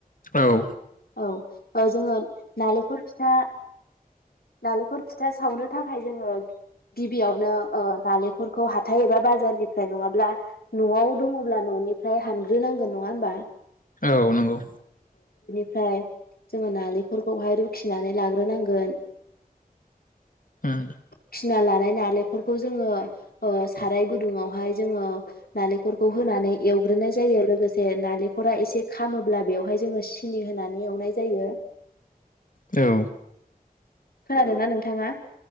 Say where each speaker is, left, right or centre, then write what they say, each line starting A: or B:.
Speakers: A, on the left; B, on the left.
A: औ
B: औ ओ जोंङो नालेंखर फिथा नालेंखर फिथा सावनो थाखाय जोंङो गिबियावनो ओ नालेंखरखौ हाथाय एबा बाजारनिफ्राय नङाब्ला न'आव दंङब्ला न'निफ्राय हानग्रोनांगोन नङा होनबा।
A: औ नंगौ
B: फ्राय जोंङो नालेंखर खौहाय रुखिनानै लाग्रोनांगोन।
A: उम
B: रूखिना लानाय नालेंखरखौ जोंङो ओ साराय गुदुंयावहाय जोंङो नालेंखरखौ होनानै एवग्रोनाय जायो लोगोसे नालें खरा एसे खामोब्ला बेवहाय जोंङो सिनि होनानै एवनाय जायो।
A: औ
B: खोनादों ना नोंथाङा